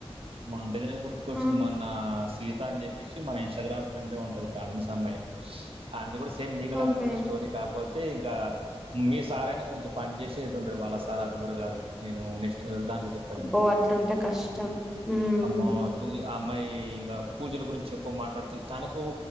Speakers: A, on the right; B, in the centre.
A: మాంటేజనే గుర్తుకొచ్చింది
B: ఆ
A: మన్నా సీత అన్ జెప్పేసి మ ఇంస్టాగ్రామ్ ఫ్రెండే ఉంటది బ్రహ్మిణ్ సమ్మాయి ఆమెది గూడా సేమ్ నీకులాగనె
B: ఓకే
A: ఉంటాది స్టోరి కా పోతే ఇంకా మీ సార్ అయినా కొంచెం పని జేషెది ఉంటడు వాళ్ళ సార్ అది గూడా కాదులే నేను నెక్ట్ దాంట్ల జేప్
B: అబ్బో అట్లుంటే కష్టం ఉమ్
A: అమ్మో ఆ అమ్మాయి ఇంగా పూజల గురించి ఎక్కు మాటాడ్తది తనకూ